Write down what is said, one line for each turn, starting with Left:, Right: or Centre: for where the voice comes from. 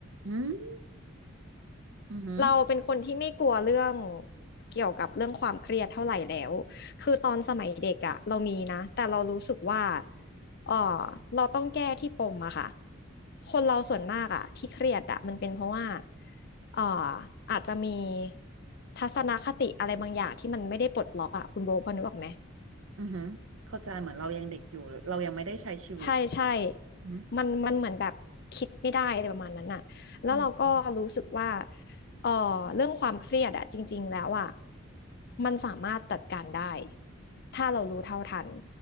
Right: อืมอือหือ
Left: เราเป็นคนที่ไม่กลัวเรื่องเกี่ยวกับเรื่องความเครียดเท่าไหร่แล้วคือตอนสมัยเด็กอะเรามีนะแต่เรารู้สึกว่าเออเราต้องแก้ที่ปมอะค่ะคนเราส่วนมากอะที่เครียดอะมันเป็นเพราะว่าเอออาจจะมีทัศนคติอะไรบางอย่างที่มันไม่ได้ปลดล็อกอะคุณโบพอนึกออกไหม
Right: อือหือเข้าใจเหมือนเรายังเด็กอยู่หรือเรายังไม่ได้ใช้ชีวิตอือหือ
Left: ใช่ใช่มันมันเหมือนแบบคิดไม่ได้อะไรประมาณนั้นน่ะแล้วเราก็รู้สึกว่า
Right: อืม
Left: เออเรื่องความเครียดอะจริงๆแล้วอะมันสามารถจัดการได้ ถ้าเรารู้เท่าทัน